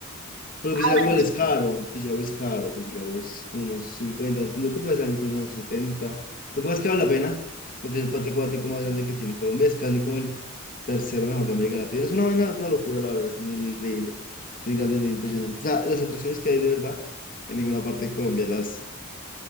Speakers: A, on the left (about 45°); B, on the right (about 65°).
A: Porque
B: Ah,
A: Piscilago
B: bueno.
A: igual
B: sí.
A: es caro, Piscilago es caro, Piscilago es como unos 50, no que puede incluso unos setenta, Lo que pasa es que vale la pena, porque es el parque acuático más grande que tiene Colombia, es casi como el tercero mejor de América Latina. Es una vaina, es una locura, la verdad, es muy, muy increíble, es muy grande, muy impresionante. O sea, las atracciones que hay de verdad, en ninguna parte de Colombia las,